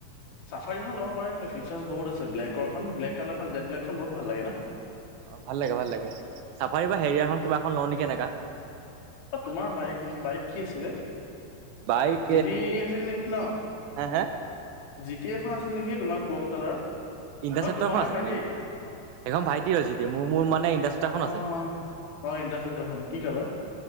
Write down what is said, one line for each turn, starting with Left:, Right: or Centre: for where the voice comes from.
Left: চাফাৰীখন ল'ব পাৰে কিন্তু, ফিচাৰ্ছ বহুত আছে, ব্লেকৰখন ব্লেক কালাৰখন জেড ব্লেকখন বহুত ভাল লাগে ন।
Right: অ' ভাল লাগে, ভাল লাগে, চাফাৰী বা হেৰিয়াৰখন কিবা এখন লওঁ নেকি এনেকা।
Left: অ' তোমাৰ বাইক বাইক কি আছিলে
Right: বাইক
Left: জিডি আছিল নেকি ন।
Right: হে হে
Left: জি টি এখন আছিল নেকি তোমাৰ ক্ৰম কালাৰৰ,
Right: ইণ্টাৰচেপ্টৰখন
Left: সেইখন তোমাৰ নে
Right: আছিল
Left: ভাইটিৰ?
Right: মোৰ সেইখন ভাইটিৰ জিতি মোৰ মোৰ মানে ইণ্টাৰচেপ্টাৰখন
Left: আহ
Right: আছে
Left: অ আহ ইন্দ্ৰা চাদৰ হয় কি কালে